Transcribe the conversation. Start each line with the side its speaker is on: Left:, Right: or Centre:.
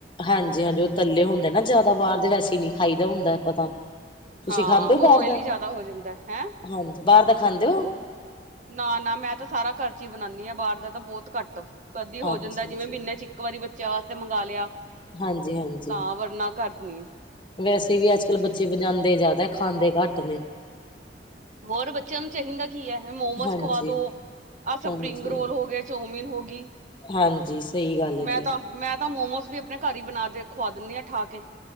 Left: ਹਾਂਜੀ, ਹਾਂਜੀ, ਉਹ ਤੱਲੇ ਹੁੰਦੇ ਨਾ ਜ਼ਿਆਦਾ ਬਾਹਰ ਦੇ, ਵੈਸੇ ਹੀ ਨਹੀਂ ਖਾਈਦਾ ਹੁੰਦਾ ਪਤਾ। ਤੁਸੀਂ
Right: ਹਾਂ
Left: ਖਾਂਦੇ
Right: ਉਹ
Left: ਹੋ ਬਾਹਰ
Right: ਓਇਲੀ
Left: ਦਾ,
Right: ਜ਼ਿਆਦਾ ਹੋ ਜਾਂਦਾ ਹੈਂ
Left: ਹਾਂ, ਬਾਹਰ ਦਾ ਖਾਂਦੇ ਹੋ।
Right: ਨਾ-ਨਾ, ਮੈਂ ਤਾਂ ਸਾਰਾ ਘਰ ਚ ਹੀ ਬਣਾਉਂਦੀ ਹਾਂ, ਬਾਹਰ ਦਾ ਤਾਂ ਬਹੁਤ ਘੱਟ, ਕਦੀ ਹੋ
Left: ਅੱਛਾ
Right: ਜਾਂਦਾ ਜਿਵੇਂ
Left: ਜੀ
Right: ਮਹੀਨੇ ਚ। ਇੱਕ ਵਾਰੀ ਬੱਚਿਆਂ ਵਾਸਤੇ ਮੰਗਵਾ ਲਿਆ,
Left: ਹਾਂਜੀ ਹਾਂਜੀ
Right: ਤਾਂ, ਵਰਨਾ ਘਰ ਨੀ।
Left: ਵੈਸੇ ਵੀ ਅੱਜ ਕੱਲ੍ਹ ਬੱਚੇ ਵਜਾਂਦੇ ਜ਼ਿਆਦਾ, ਖਾਂਦੇ ਘੱਟ ਨੇ।
Right: ਹੋਰ ਬੱਚਿਆਂ ਨੂੰ ਚਾਹੀਦਾ ਕੀ ਹੈ, ਮੋਮਸ
Left: ਹਾਂਜੀ
Right: ਖਵਾ ਦੋ, ਆਹ ਸਪਰਿੰਗ
Left: ਹਾਂਜੀ
Right: ਰੋਲ ਹੋ ਗਏ। ਚਉਮੀਨ ਹੋ ਗਈ।
Left: ਹਾਂਜੀ। ਸਹੀ ਗੱਲ ਹੈ
Right: ਮੈਂ
Left: ਜੀ
Right: ਤਾਂ, ਮੈਂ ਤਾਂ ਮੋਮੋਸ ਵੀ ਆਪਣੇ ਘਰ ਹੀ ਬਣਾ ਦੇ ਖੁਵਾ ਦਿੰਦੀ ਹਾਂ, ਠਾ ਕੇ।